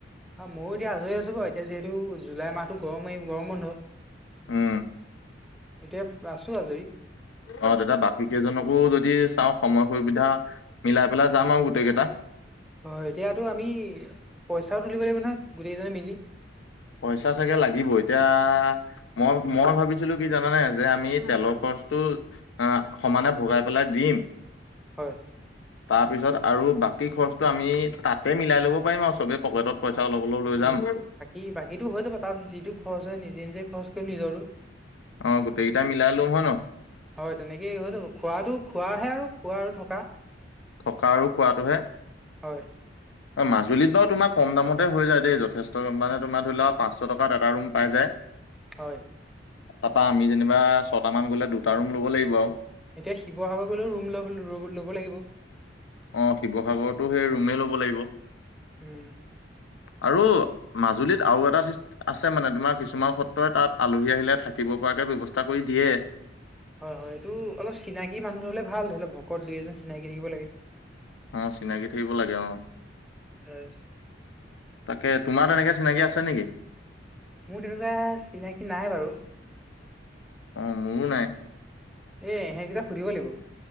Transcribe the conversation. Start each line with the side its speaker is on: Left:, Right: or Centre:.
Centre: আ মইয়ো এতিয়া আজৰি আছো বাৰু এতিয়া যিহেতু জুলাই মাহতো গৰমেই গৰম বন্ধ।
Left: উম।
Centre: এতিয়াপ আছো আজৰি।
Left: অ তেতিয়া বাকি কেইজনকো যদি চাওঁ সময় সুবিধা মিলাই পেলাই যাম আৰু গোটেই কেইটা।
Centre: হয় এতিয়াতো আমি পইচাও তুলিব লাগিব নহয়, গোটেইকেইজনে মিলি।
Left: পইচা চাগে লাগিব, এতিয়া মই মই ভাবিছিলো কি জানানে যে' আমি তেলৰ খৰচটো অ সমানে ভগাই পেলাই দিম।
Centre: হয়।
Left: তাৰ পিছত আৰু বাকি খৰচটো আমি তাতে মিলাই ল'ব পাৰিম আৰু চবে পকেটত পইচা অলপ অলপ লৈ যাম।
Centre: ই বাকিতো হৈ যাব তাত' যিটো খৰচ হয় নিজে নিজে খৰচ কৰিম নিজৰটো।
Left: অ গোটেইকেইটা মিলাই লম হয় ন?
Centre: হয় তেনেকেই হৈ যাব। খোৱাটো খোৱাহে আৰু খোৱা আৰু থকা।
Left: থকা আৰু খোৱাটোহে।
Centre: হয়।
Left: অ মাজুলীত বাৰু তোমাৰ কম দামতে হৈ যায় দেই যথেষ্ট মানে' তোমাৰ ধৰি লোৱাক পাঁচশ টকাত এটা ৰুম পাই যায়। <inaudible>
Centre: হয়।
Left: তাৰপা আমি যেনিবা ছটা মান গলে, দুটা ৰুম ল'ব লাগিব আৰু।
Centre: এতিয়া শিৱসাগৰ গ'লেও ৰুম লব ল'ব লাগিব?
Left: অঁ শিৱসাগৰতো সেই ৰুমেই ল'ব লাগিব।
Centre: উম।
Left: আৰু মাজুলীত আৰু এটা আছে মানে, তোমাৰ কিছুমান সত্ৰই তাত আলহী আহিলে থাকিব পৰাকে ব্যৱস্থা কৰি দিয়ে।
Centre: হয়, হয়, এইটো অলপ চিনাকি মানুহ ধৰিলে ভাল, ধৰি লওক ভকত দুই এজন চিনাকি থাকিব লাগে।
Left: অ চিনাকি থাকিব লাগে অ'হ।
Centre: হয়।
Left: তাকে, তোমাৰ তেনেকে চিনাকি আছে নেকি?
Centre: মোৰ তেনেকুৱা চিনাকি নাই বাৰু।
Left: অ মোৰো নাই।
Centre: এ এসেটকেইটা সুধিব লাগিব।